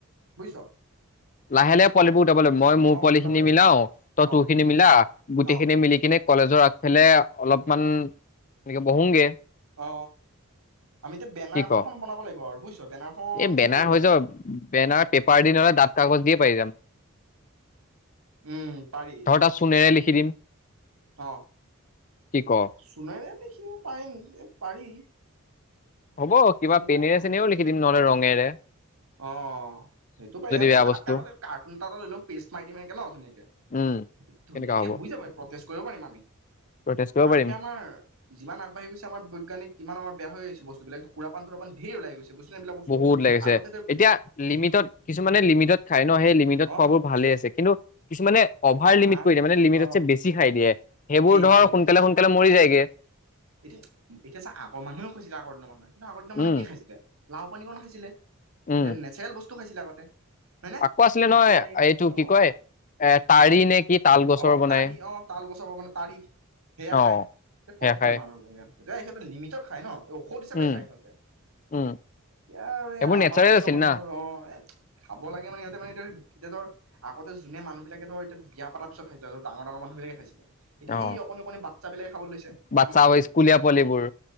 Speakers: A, on the right; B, on the left.
A: বুইছ
B: লাহে লাহে পোৱালীবোৰ উলাব লাগিব মই মোৰ পোৱালি
A: ফুটাব
B: খিনি
A: লাগিব
B: মিলাও তই
A: অ
B: তোৰ খিনি মিলা গোটেই
A: অ
B: খিনি মিলি কিনে কলেজৰ আগ ফালে অলপমান এনেকৈ বহোংগে
A: অ আমি এতিয়া বেনাৰ
B: কি
A: এখন
B: ক
A: এখন বনাব লাগিব আৰু বুজিছ বেনাৰখন
B: এই বেনাৰ
A: ঠিক কৰো
B: হৈ
A: তেন্তে
B: যাব বেনাৰ পেপাৰ দি নহ'লে দাঁত কাগজ দিয়ে পাৰি যাম।
A: উম পাৰি
B: ধৰ তাত চোনেৰে দিম
A: অ
B: কি ক
A: চুণেৰে লিখিব পাৰিম পাৰি
B: হ'ব কিবা
A: চুনেৰে
B: পেনেৰে চেনেও লিখি দিম নহলে ৰং পেনেৰে
A: অ সেইটো পাৰি আমি
B: বেয়া
A: ডাঠ
B: বস্তু
A: কাৰ্টুন এটা এ লৈ লম পেষ্ট মাৰি দিম এনেকে ন ধুনীয়াকে
B: উম
A: ধুনীয়াকে
B: কেনেকা হ'ব
A: হৈ যাব প্ৰটেষ্ট কৰিব পাৰিম আমি
B: প্ৰটেষ্ট কৰিব
A: কাৰণ
B: পাৰিম
A: এতিয়া আমাৰ যিমান আগবাঢ়ি গৈছে আমাৰ বৈজ্ঞানিক কিমান আমাৰ বেয়া হৈ আহিছে বস্তু তো বেলেগ সুৰাপান চুৰাপান ঢেৰ ওলাই গৈছে বুইছা এইবিলাক বস্তু
B: বহুত লাগিছে
A: আগত
B: এতিয়া লিমিটত কিছুমানে লিমিটত খাই ন সেই লিমিটত
A: অ
B: খোৱাবোৰ ভালেই আছে কিন্তু কিছুমানে অভাৰ
A: নাই
B: লিমিট কৰি দিয়ে মানে লিমিটকে
A: অ
B: বেছি খাই দিয়ে। সেইবোৰ
A: সেইটোৱে
B: ধৰ সোনকালে সোনকালে মৰি যায় যায় গে
A: এতিয়া এতিয়া চা আগৰ মানুহে খাইছিলে আগৰ দিনৰ মানুহে কিন্তু আগৰ দিনৰ মানুহে
B: উম
A: কি খাইছিলে লাও পানীকণ খাইছিলে।
B: উম
A: এতিয়া নেচাৰেল বস্তু টো খাইছিলে আগতে হয়নে
B: আকৌ আছিলে নহয়
A: এতিয়া এই
B: এইটো কি
A: অ
B: কয় এ তাৰি নে কি? তাল গছৰ
A: অ
B: বনাই
A: তাৰি অ তাল গছৰ পা মানে তাৰি সেয়া
B: অ
A: খাই
B: সেয়া
A: ক'ত
B: খাই
A: বেমাৰ হ'ব সিহত গোটেই সিহতবোৰ লিমিটত খাই ন, ঔষধ হিচাপে
B: উম
A: খাই সিহঁতে এতিয়া
B: উম
A: আৰু এ
B: এইবোৰ নেচাৰেল
A: আমাৰ দিনৰ
B: আছিল
A: মানুহ
B: না
A: আৰু অ এ খাব লাগে মানে সিহঁতে মানে এতি এতিয়া ধৰ আগতে যোনে মানুহ বিলাকে ধৰ এতিয়া বিয়া ৰ পিছত খাইছিলে আৰু ডাঙৰ ডাঙৰ মানুহবিলাকে খাইছিলে এতিয়া
B: অ
A: সি অকণি অকণি বাচ্ছা বিলাকে খাবলৈ লৈছে
B: বাচ্ছা
A: হম
B: স্কুলীয়া পোৱালিবোৰ